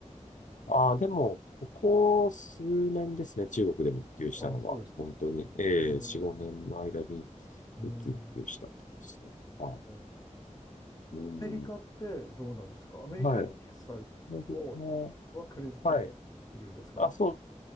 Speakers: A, on the left; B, on the left.
A: ああ、でも、ここ数年ですね、中国でも普及したのは、
B: ああ、そうですか。
A: 本当に、ええ4、
B: えー。
A: 5年の間に
B: うん。
A: 一気に普及したって感じですね。は
B: えー
A: い。うん。
B: アメリカってどうなんですかアメリカの決済を、
A: はい。で僕は
B: はクレジットカード主流ですか
A: はい。あ、そ